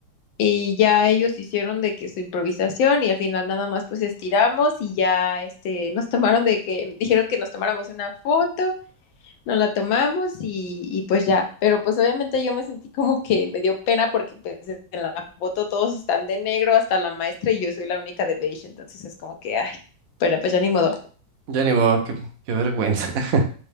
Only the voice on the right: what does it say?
Ya ni modo, qué, qué vergüenza. <laughs>